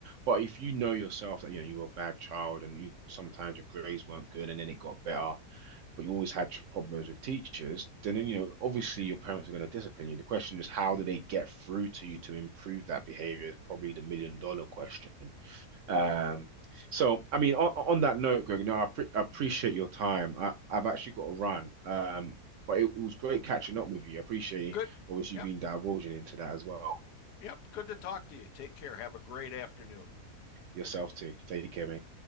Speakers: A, on the right; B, on the left.
A: But if you know yourself that you know you were a bad child and you sometimes your grades weren't good and then it got better, but you always had tr- problems with teachers, then you know obviously your parents are going to discipline you. The question is, how do they get through to you to improve that behavior? Is probably the million dollar question. Um, so I mean, on, on that note, Greg, no, I, pre I appreciate your time. I, I've actually got to run, um, but it, it was great catching up with you. I appreciate
B: good
A: obviously
B: yep
A: you being divulging into that as well
B: yep good to talk to you take care have a great afternoon
A: yourself too. Take care, mate.